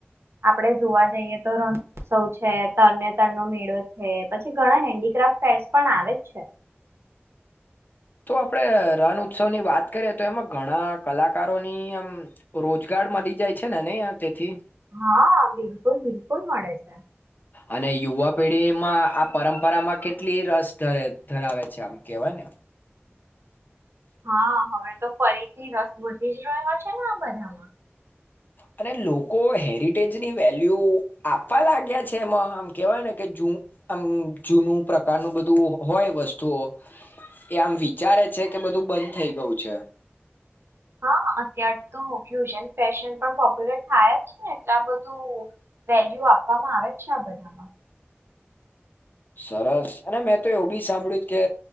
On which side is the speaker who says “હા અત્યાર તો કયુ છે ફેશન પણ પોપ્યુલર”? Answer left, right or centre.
Right